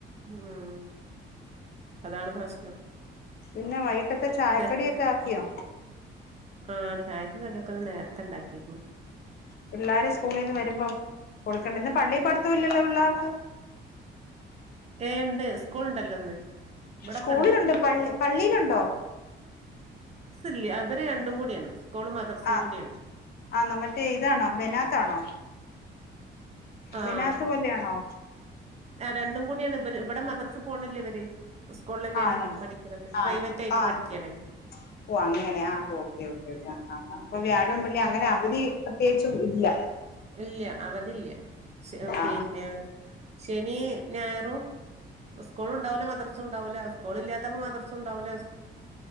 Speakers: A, on the right; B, on the left.
A: ഉം അതാണ് പ്രശ്നം
B: പിന്നെ വൈകിട്ടത്തെ ചായക്കടിയൊക്കെ
A: ചെ-
B: ആക്കിയോ?
A: ആ ചായക്ക് കടിയൊക്കെ ഇന്ന് നേരത്തെ ണ്ടാക്കിക്ക്ണ്
B: പിള്ളാര് സ്കൂളിൽ നിന്ന് വരുമ്പോ കൊടുക്കണ്ടേ. ഇന്ന് പള്ളി പട്ത്തം ഇല്ലല്ലോ പിള് ള്ളാർക്ക്
A: ഏ ഇണ്ട് സ്കൂൾ ഇണ്ടല്ലോ ഇന്ന് ഇവിടൊക്കെ
B: സ്കൂളിലുണ്ട്
A: ഉണ്ട്
B: പള്ളി പള്ളിയിലുണ്ടോ?
A: ല്ല അവര് രണ്ടും കൂടിയാണ് സ്കൂളും മദർസും
B: ആ
A: കൂടിയാണ്
B: ആ മറ്റേ ഇതാണോ? ബെനാത്താണോ?
A: ആഹ്
B: ബെനാത്ത് പോലെയാണോ
A: രണ്ടും കൂടിയാണ് ഇവിടെ മദ്രാസ് പോണില്ലേ ഇവര് സ്കൂളിൽ തന്നെയാണ്
B: ആണല്
A: പഠിക്കണത് പ്രൈവറ്റ്
B: ആണ്
A: ആയിട്ട്
B: ആന്ന്
A: പഠിക്കുകയാണ്
B: ഒ അങ്ങനെ ആ ഓക്കെ ഓക്കെ ആഹ് ആഹ്
A: ഉം
B: ആഹ് അപ്പൊ
A: ഉം.
B: വ്യാഴം വെള്ളിം അങ്ങനെ അവധി പ്രത്യേച്ചും ഇല്ല
A: ഇല്ല അവധി ഇല്ല
B: ആ
A: പിന്നെ ശനി ഞയറും സ്കൂളണ്ടാവൂല്ല മാത്രം- സ്കൂൾണ്ടാവൂല്ല സ്കൂളില്ലാത്തപ്പോ മാത്രം സ്കൂൾണ്ടാവൂല്ല